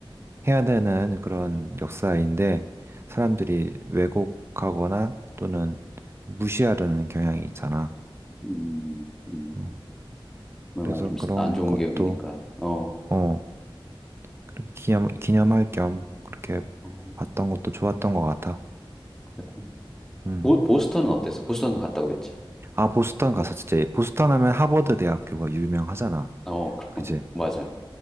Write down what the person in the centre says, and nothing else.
음, 음.
뭔가
좀안
좋은
기억이니까. 어.
어,
그랬구나.
보, 보스턴은 어땠어? 보스턴도 갔다고 그랬지.
어, 그럼,
<laughs> 맞아.